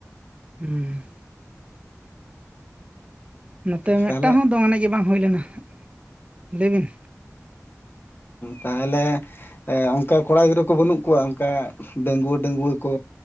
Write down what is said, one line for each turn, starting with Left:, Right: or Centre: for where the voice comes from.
Right: ᱦᱩᱸ ᱱᱚᱛᱮ ᱢᱮᱫ
Left: ᱛᱟᱦᱚᱞᱮ
Right: ᱴᱟᱝ ᱦᱚᱸ ᱫᱚᱝ ᱮᱱᱮᱡ ᱜᱮ ᱵᱟᱝ ᱦᱩᱭ ᱞᱮᱱᱟ ᱞᱟᱹᱭ ᱵᱤᱱ
Left: ᱛᱟᱦᱞᱮ ᱚᱱᱠᱟ ᱠᱚᱲᱟ ᱜᱤᱫᱽᱨᱟᱹ ᱠᱚ ᱵᱟᱹᱱᱩᱜ ᱠᱚᱣᱟ ᱚᱱᱠᱟ ᱰᱟᱹᱝᱜᱩᱣᱟᱹ ᱰᱟᱹᱝᱜᱩᱣᱟᱹ ᱠᱚ